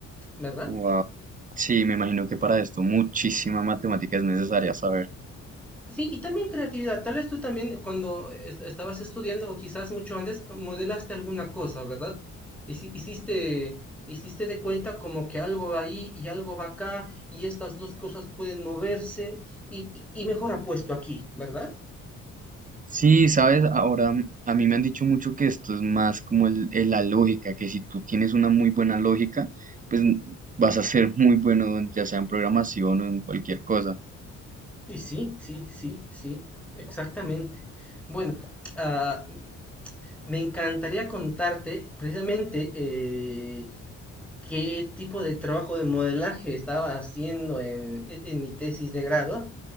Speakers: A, in the centre; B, on the right (about 25°).
A: ¿verdad?
B: wow. Sí, me imagino que para esto muchísima matemática es necesaria saber.
A: Sí, y también creatividad. Tal vez tú también cuando est- estabas estudiando o quizás mucho antes modelaste alguna cosa, ¿verdad? Hici- Hiciste, hiciste de cuenta como que algo va ahí y algo va acá y estas dos cosas pueden moverse y, y- y mejor apuesto aquí, ¿verdad?
B: Sí, sabes, ahora a mí me han dicho mucho que esto es más como el, el- la lógica, que si tú tienes una muy buena lógica, pues vas a ser muy bueno, en- ya sea en programación o en cualquier cosa.
A: Y sí, sí, sí, sí, exactamente. Bueno, ah, me encantaría contarte precisamente eh, qué tipo de trabajo de modelaje estaba haciendo en, en mi tesis de grado,